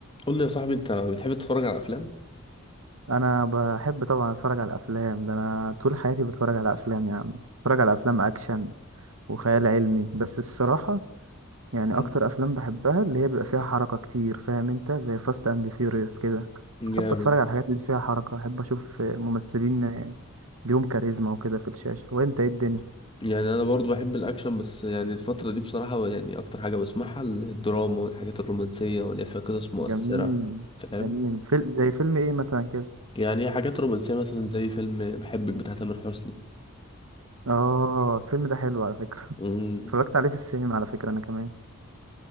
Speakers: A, on the left; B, on the right.
A: قول لي يا صاحبي انت بتحب تتفرج على افلام
B: انا بحب طبعا اتفرج على الافلام ده انا طول حياتي بتفرج على افلام يا عم بتفرج على افلام اكشن وخيال علمي بس الصراحه يعني
A: مم.
B: اكتر افلام بحبها اللي هي بيبقى فيها حركه كتير فاهم انت زي فاست اند فيوريوس كده بحب
A: جامد
B: اتفرج على الحاجات اللي فيها حركه احب اشوف ممثلين ليهم كاريزما وكده في الشاشه وانت ايه الدنيا
A: يعني انا برضو بحب الاكشن بس يعني الفتره دي بصراحه يعني اكتر حاجه بسمعها الدراما والحاجات الرومانسيه واللي هي فيها قصص مؤثره
B: جميل
A: فاهم
B: جميل فيل... زي فيلم ايه مثلا كده
A: يعني هي حاجات رومانسيه مثلا زي فيلم بحبك بتاع تامر حسني
B: اه الفيلم ده حلو على فكره
A: امم.
B: <laughs> اتفرجت عليه في السينما على فكره انا كمان